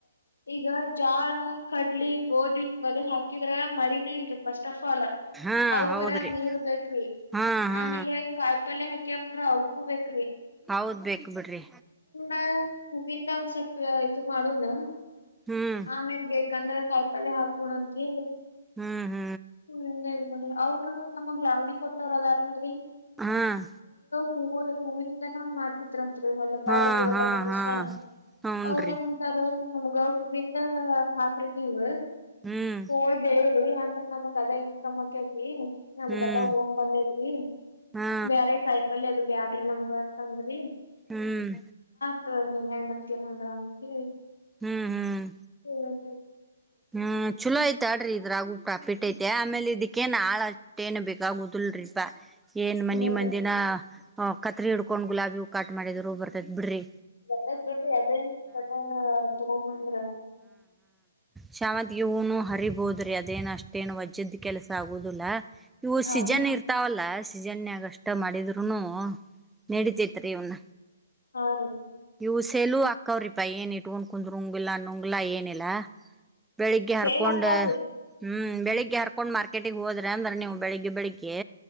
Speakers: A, on the left; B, in the centre.
A: ಈಗ ಜ್ವಾಳಾ ಕಡ್ಲಿ ಗೋಧಿ ಹಿಂಗದು ಹಾಕಿದ್ರ ಮಳಿನ ಇಲ್ರಿ ಪಸ್ಟಫ್. ಫಲ
B: ಹಾ
A: ಅವ್
B: ಹೌದ್ರಿ
A: ಕರೆ ನೀರ್ ಬೇಕ್ರಿ
B: ಹಾ ಹಾ
A: ಆಮೇಲೆ ಕಾಯಿ ಪಲ್ಯ ಹಾಕ್. ಕ್ಕೆ ಅವುಂದ್ರ ಉಪ್ಪು ಬೇಕ್ ರ್ರಿ.
B: ಹೌದ್ ಬೇಕುಬಿಡ್ರಿ.
A: ಕ ಹೂವಿಂದ ಒಂದ್ ಸ್ವಲ್ಪ ಇದು ಮಾಡೋಣ.
B: ಹ್ಮ್
A: ಆಮೇಲ ಬೇಕ್. ಕನ್ನಡ ಕಾಯಪಲ್ಲೆ ಹಾಕೋಣ ಅಂತ ಹೇಳಿ.
B: ಹ್ಮ ಹ್.
A: ಒಂದ ಹನಿ. ಅವ್ರು ನಮಗ್ ಲಾವಣಿ ಕೊಟ್ಟವರ ಅದಾರ ಅಲ್ರಿ.
B: ಅಹ್ಹ್.
A: ಹೂವುಗೆ ಹೂವಿಂಗನಾ ಮಾತ್ತಿದ್ರ. ಥ್ರ ಹೊಲದಾಗ
B: ಹಾ
A: ಅದು ಎಲ್ಲಾ
B: ಹಾ
A: ಕೆಲ್ಸಾ
B: ಹಾ ಹೂನ್ರಿ
A: ಅವ್ರ ಏನ್‌ ಅಂತಾರ. ನಮ್ಗ ಹೂವಿಂದ ಹಾಕ್ರಿ ನೀವ.
B: ಹ್ಮ್
A: ಹೂವ ಬೆಳೆದ. ಏ ಅಂದ್ರ್ ನಮಗ್. ಕದ ಇನ್ಕಮ್ ಆಕ್ಕೈತಿ. ನಮ್ಗದ
B: ಹ್ಮ್
A: ಅದ ಫೋನ್ ಬಂದೈತಿ
B: ಹಾ
A: ಬ್ಯಾರೆ ಕಾಯಪಲ್ಲೆ ಅದು. ಬ್ಯಾಡ್ರಿ ನಮಗ ಒಂನ್ ತಂದ್ರಿ.
B: ಹ್ಮ್.
A: ತ್ತೋರ್ ನಿವ್ ಹೆಂಗ ಅಂತಿರಾ ಹಂಗಾಂತಿ.
B: ಹ್ಮ್ ಹ್ಮ್
A: <unintelligible>
B: ಹ್ಮ್ ಛೂಲೋ ಐ ಥಡ್ರಿ ಇದ್ರಾಗು ಪಾಫಿಟ್ ಐತ್ಯಾ ಆಮೇಲೆ ಇದಿಕ್ಕೇಏನ್ ಆಳ ಅಷ್ಟ ಏನ್ ಬೇಕಾಗುದಲ್ರಿಪಾ. ಏನ್ ಮನಿ
A: ಹೂನ್ರಿ
B: ಮಂದಿನಾ. ಅವ್ ಕತ್ರಿ ಹಿಡ್ಕೊಂಡ ಗುಲಾಬಿ ಹೂ ಕಟ್ ಮಾಡಿದ್ರು ಬರ್ತೈತ್ ಬಿಡ್ಡ್ರಿ.
A: ಬರ್ತತೈತ್ ಬಿಡ್ರಿ ಅವ್ವೇ ಕಟೆಂನ ತ್ತೊಗೊಂಡ್ ಬಂದ್ರ.
B: ಶಾವಂತ್ಗಿ ಹೂನು ಹರಿಬೋದ್ರಿ ಅದೇನ ಅಷ್ಟೇನು ವಜ್ಜಿದ್ ಕೆಲಸಾ ಆಗೊದುಲ್ಲಾ. ಇವು ಸೀಜನ್
A: ಆಗುಲ್ರಿ
B: ಇರ್ತಾವಲ್ಲಾಸ್. ಸೀಝೆನ್ ನ್ಯಾಗ ಅಷ್ಟ ಮಾಡಿದ್ರುನು ನೆಡಿತೈತ್ರಿ ಇವ್ನ.
A: ಹಾ ರೀ.
B: ಇವು ಸೆಲು ಅಕ್ಕಾವ್ರಿಪಾ ಏನ ಇಟ್ಟುಂಡ ಕುಂದ್ರುಂಗಿಲ್ಲಾ ನುಂಗ್ಲಾ ಏನ ಇಲ್ಲಾ. ಬೆಳಿಗ್ಗೆ
A: ಸೇಲ್
B: ಹರ್ಕೊಂಡ.
A: ಅಕ್ಕಾವ್ರಿ
B: ಹ್ಮ್ ಬೆಳಿಗ್ಗೆ ಹರ್ಕೊಂಡ್ ಮಾರ್ಕೆಟಿಗ ಹೋದ್ರೆ ಅಂದ್ರ ನೀವು ಬೆಳಿಗ್ಗೆ ಬೆಳಿಗ್ಗೆ.